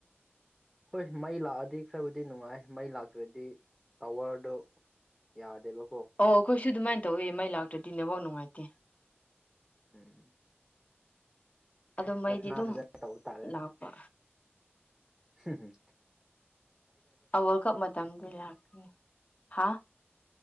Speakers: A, in the centre; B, on the left.
A: ꯍꯣꯏ ꯃꯩ ꯂꯥꯛꯑꯗꯤ ꯈꯔꯕꯨꯗꯤ ꯅꯨꯡꯉꯥꯏ ꯃꯩ ꯂꯥꯛꯇ꯭ꯔꯗꯤ ꯇꯥꯋꯔꯗꯣ ꯌꯥꯗꯦꯕ
B: ꯑꯣ ꯈꯣꯏꯑꯣ ꯁꯤꯁꯨ ꯑꯗꯨꯃꯥꯏꯅ ꯇꯧꯋꯦ ꯃꯩ ꯂꯥꯛꯇ꯭ꯔꯗꯤ ꯅꯦꯠꯕꯥꯎ ꯅꯨꯡꯉꯥꯏꯇꯦ
A: ꯎꯝ
B: ꯑꯗꯣ ꯃꯩꯗꯤ
A: ꯄ꯭ꯔꯥꯊꯅꯥ
B: ꯑꯗꯨꯝ
A: ꯐꯖꯅ ꯇꯧꯕ ꯇꯥꯔꯦ
B: ꯂꯥꯛꯄ
A: ꯍꯨꯝ
B: ꯑꯋꯥꯜ ꯀꯞ ꯃꯇꯝꯗꯤ ꯂꯥꯛꯀꯅꯤ ꯍꯥ